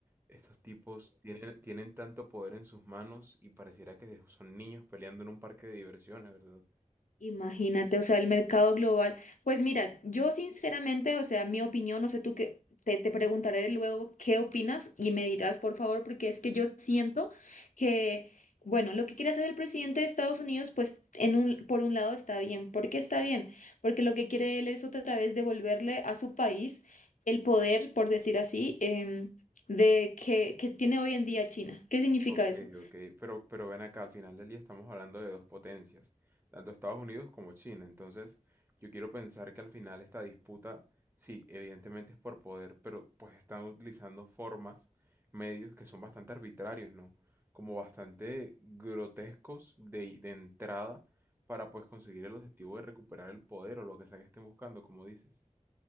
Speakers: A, on the right (about 15°); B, on the left (about 75°).
A: estos tipos tienen, tienen tanto poder en sus manos y pareciera que son niños peleando en un parque de diversiones, ¿verdad?
B: Imagínate, o sea, el mercado global. Pues mira, yo sinceramente, o sea, mi opinión, no sé tú qué. te, te preguntaré luego qué opinas y me dirás, por favor, porque es que yo siento que, bueno, lo que quiere hacer el presidente de Estados Unidos, pues en un, por un lado está bien. ¿Por qué está bien? Porque lo que quiere él es otra vez devolverle a su país el poder, por decir así, em, de que, que tiene hoy en día China. ¿Qué significa
A: Ok,
B: eso?
A: ok, pero, pero ven acá, al final del día estamos hablando de dos potencias, tanto Estados Unidos como China, entonces yo quiero pensar que al final esta disputa, sí, evidentemente es por poder, pero pues están utilizando formas, medios que son bastante arbitrarios, ¿no? Como bastante grotescos de, de entrada para pues conseguir el objetivo de recuperar el poder o lo que sea que estén buscando, como dices.